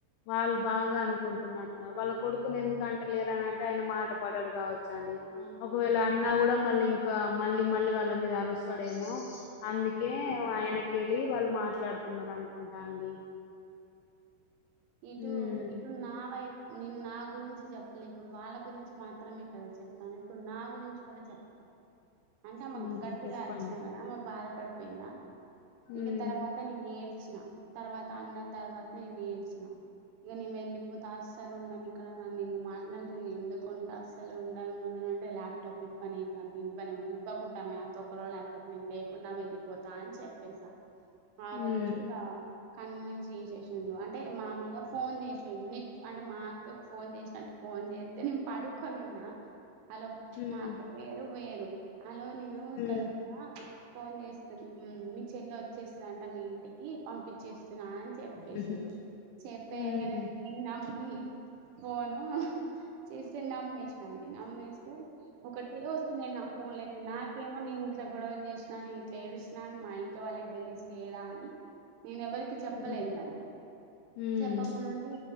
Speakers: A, on the left; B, on the right.
A: వాళ్ళు బాగా అను కుంటున్నట్టున్నారు
B: అవును
A: వాళ్ళ కొడుకుని ఎందుకు అంటలేరనింటే ఆయన మాట పడడు కావ చండి
B: అవునండి
A: ఒకవేళ అన్నా కూడా మళ్ళీ ఇంకా మళ్ళీ మళ్ళీ వాళ్ళ మీద అరుస్తాడేమో అందుకే
B: అవునండి
A: ఆయనక కేళ్ళి వాళ్ళు మాట్లాడుతున్నారు అనుకుంటా అండి
B: ఇటు
A: హ్మ్
B: ఇటు నా వైపు నేను నా గురించి చెప్పలే ఇప్పుడు వాళ్ళ గురించి మాత్రమే కదా చెప్పాను ఇప్పుడు నా గురించి చి గూడ చెప్తా అంటే ఆమే
A: హ్మ్
B: గట్టిగా
A: చెప్పండి
B: అరిచినా కదా ఆమె బాధపడి పోయిందా
A: హ్మ్
B: ఇగ తర్వాత నేను నేడ్చిన తర్వాత అన్న తర్వాత నేను నేడ్చిన ఇక నేను వెళ్ళిపోతే అసలు ఉండని ఇక్కడ ననిన్నీ మాటలు అంటే నేను ఎందుకు ఉంటా అసలు ఉండను ఉండను అంటే ల్యాప్టాప్ ఇవ్వని ఇవ్వను ఇవ్వని ఇవ్వకుంటా మ ఆ తొక్కలో ల్యాప్టాప్ నేను లేకున్నా వెళ్లిపోతా అని చెప్పేసా ఆ
A: హ్మ్
B: రోజు ఇగ కన్విన్స్ చేసేసిండు అం అంటే మామూలుగా ఫోన్ చేసిండు నీకు అంటే మా అక్కకు ఫోన్ చేసినట్టు ఫోన్ చేస్తే నేను పడుక్కొని అలో
A: హ్మ్
B: మాక్క పేరు వేరు అలో నేను
A: హ్మ్
B: ఇక్కడ ఉన్నా ఫోన్ చేస్తున్నా మీ చెల్లె వచ్చేసిందంట మీ ఇంటికి పంపించేస్ స్తున్న అని చెప్పేసిరు
A: హుహు
B: చెప్పేయంగానే
A: హ్మ్ హ్మ్
B: నేను నా నమ్మి ఫోను చేస్తే నమ్మేసినండి నమ్మే తెం ఒకటే వస్తున్నాయి నాకు ఫోన్లకి నాకేమో నేను ఇట్ల గొడవ చేసినా నేను పిఇట్లా ఏడుస్తునా అని మా ఇంట్లో వాళ్ళకి తెలిస్తే ఎలా అని నేను ఎవరికి చెప్పలేదు
A: హ్మ్
B: మళ్ళీ
A: హ్మ్
B: చెప్పకుండా ఉండి